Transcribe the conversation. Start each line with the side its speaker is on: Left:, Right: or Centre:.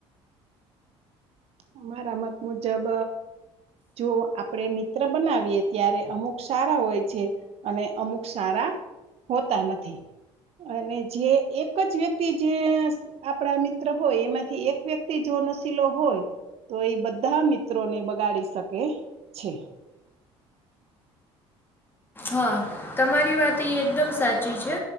Right: અમારા મત મુજબ જો આપણે મિત્ર બનાવીએ ત્યારે અમુક સારા હોય છે અને અમુક સારા હોતા નથી. અને જે એક જ વ્યક્તિ જે આપણા મિત્ર હોય એમાંથી એક વ્યક્તિ જો નશીલો હોય તો એ બધા મિત્રોને બગાડી શકે છે.
Left: હા, તમારી વાત ઈ એકદમ સાચી છે